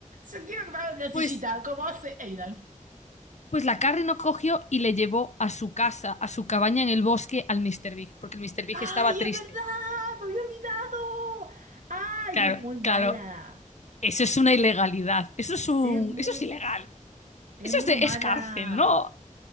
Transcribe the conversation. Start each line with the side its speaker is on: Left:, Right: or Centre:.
Right: Yo quiero que me hagan una
Left: Pues,
Right: sillita, como hace Aidan.
Left: pues la Carrie no cogió y le llevó a su casa, a su cabaña en el bosque al Mr. Big, porque el Mr. Big
Right: ¡Ay,
Left: estaba triste.
Right: es verdad! ¡Me había olvidado! ¡Ay,
Left: Claro,
Right: es muy mala!
Left: claro. Eso es una ilegalidad. Eso es un,
Right: Es muy,
Left: eso es ilegal.
Right: es
Left: Eso
Right: muy
Left: es de,
Right: mala.
Left: es cárcel, ¿no?